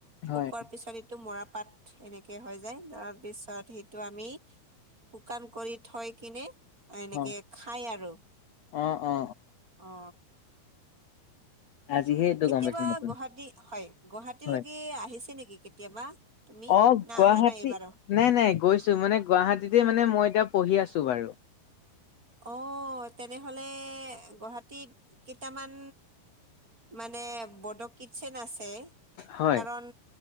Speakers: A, on the left; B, on the right.
A: হয়
B: শুকোৱাৰ পিছত এইটো মৰা। পাত এনেকে হৈ যায় তাৰ পিছত সেইটো আমি শুকান কৰি থঠয় কিনে এনেকে
A: অ
B: খাই আৰু
A: অ অ
B: অ,
A: আজিহে এইটো
B: কেতিয়াবা
A: গম পাইছো নতুন
B: গুৱাহাটী হয় গুৱাহাটীলৈকে
A: হয়
B: আহিছে নেকি কেতিয়াবা? তুমি
A: অ,
B: না
A: গুৱাহাটী
B: অহা নাই এইবাৰো
A: নাই- নাই গৈছো মানে গুৱাহাটীতে মানে মই এতিয়া পঢ়ি আছো বাৰু
B: অহ, তেনেহলে গুৱাহাটীত কেইটামান মানে বড কিটচেন আছে
A: হয়
B: কাৰণ